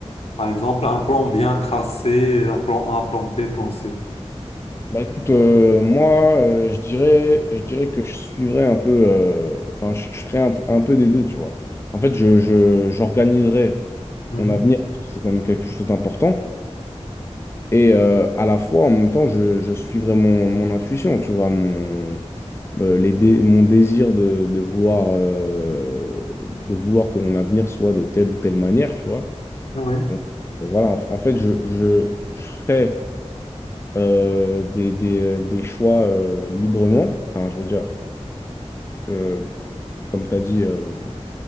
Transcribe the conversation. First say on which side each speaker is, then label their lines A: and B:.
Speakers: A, on the left; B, on the left.
A: Par exemple, un plan bien tracé, un plan A, plan B, plan C.
B: Bah écoute, euh, moi, euh, je dirais, je dirais que je suivrais un peu, euh, enfin, je, je ferais un, p- un peu des deux, tu vois. En fait, je, je, j'organiserais
A: Mhm.
B: mon avenir, parce que c'est quand même quelque chose d'important. Et euh, à la fois, en même temps, je, je suivrais mon, mon intuition, tu vois, mon, euh, les dé- mon désir de, de vouloir, euh, de vouloir que mon avenir soit de telle ou telle manière, tu vois.
A: Ah Ouais.
B: Donc, euh, voilà, en, en fait, je, je, je ferai euh, des, des, euh, des choix euh, librement. Enfin, je veux dire, euh, comme tu as dit, euh,